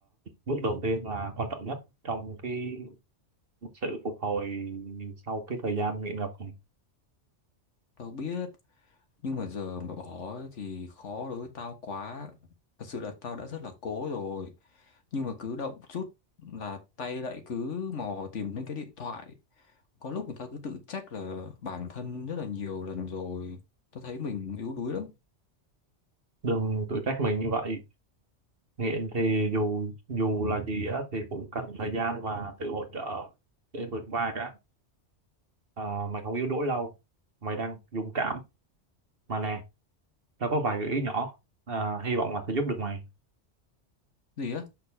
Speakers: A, on the right; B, on the left.
A: bước đầu tiên là quan trọng nhất trong cái sự phục hồi sau cái thời gian nghiện ngập này
B: tao biết nhưng mà giờ mà bỏ thì khó đối với tao quá thật sự là tao đã rất là cố rồi nhưng mà cứ động chút là tay lại cứ mò tìm đến cái điện thoại có lúc người ta cứ tự trách là bản thân rất là nhiều lần rồi tao thấy mình yếu đuối lắm
A: đừng tự trách mình như vậy nghiện thì dù dù là gì á thì cũng cần thời gian và sự hỗ trợ để vượt qua cả À, mày không yếu đuối đâu mày đang dũng cảm mà nè tao có vài gợi ý nhỏ à, hy vọng là sẽ giúp được mày
B: gì á